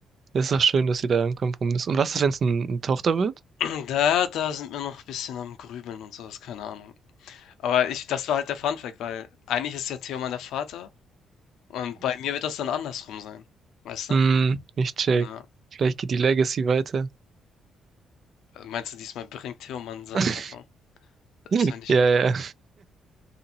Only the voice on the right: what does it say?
Das ist doch schön, dass ihr da einen Kompromiss. Und was ist, wenn es ein- eine Tochter wird?
Hm, ich check.
Vielleicht geht die Legacy weiter.
<laughs>
Ja,
ja.